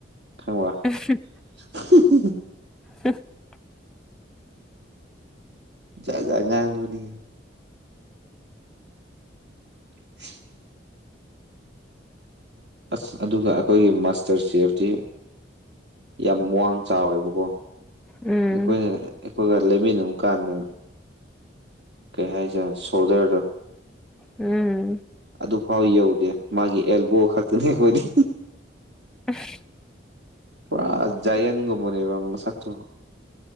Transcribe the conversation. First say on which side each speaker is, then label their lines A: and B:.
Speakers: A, on the right; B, in the centre.
A: ꯈꯪꯕ
B: <unintelligible>
A: <unintelligible>
B: <inaudible>
A: ꯖꯥꯠ ꯖꯥꯠ ꯉꯥꯡꯕꯅꯤ <inaudible> ꯑꯁ ꯑꯗꯨꯒ ꯑꯈꯣꯏꯒꯤ ꯃꯥꯁꯇꯔ ꯆꯦꯐꯇꯤ ꯌꯥꯝ ꯋꯥꯡ ꯆꯥꯎꯋꯦꯕꯀꯣ
B: ꯎꯝ
A: ꯑꯈꯣꯏꯅ ꯑꯈꯣꯏꯒ ꯂꯩꯃꯤꯟꯅꯕ ꯀꯥꯟꯗ ꯀꯩ ꯍꯥꯏꯁꯤꯔ ꯁꯣꯜꯗꯔꯗꯣ
B: ꯎꯝ
A: ꯑꯗꯨꯐꯥꯎ ꯌꯧꯗꯦ ꯃꯥꯒꯤ ꯑꯦꯜꯕꯣ ꯈꯛꯇꯅꯤ ꯑꯈꯣꯏꯗꯤ
B: <unintelligible>
A: ꯄꯨꯔꯥ ꯖꯥꯏꯑꯦꯟꯒꯨꯝꯕꯅꯦꯕ ꯃꯁꯥꯛ ꯇꯣ